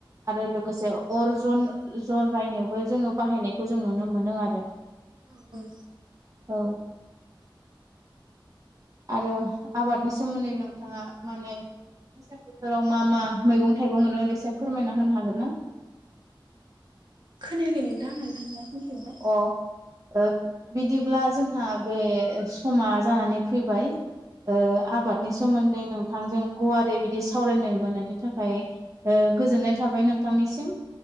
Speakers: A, on the right; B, on the right.
A: आरो लोगोसे अर जन जन रायनो बो जोङो बाहायनायखौ जों नुनो मोनो आरो
B: औ औ
A: औ आरो आबादनि सोमोन्दै नोंथाङा माने मेसें बोथोराव मा मा मैगं थाइगं मोनो एसे फोरमायना होनो हागोन ना?
B: खोनायाखै नोंथां होनफिनलाय होनफिनलाय
A: थ' बिदिब्ला जोंहा बे समा जानानै फैबाय। आबादनि सोमोन्दै नोंथांजों गुवारै बिदि सावरायनो मोननायनि थाखाय गोजोननाय थाबाय नोंथांनिसिम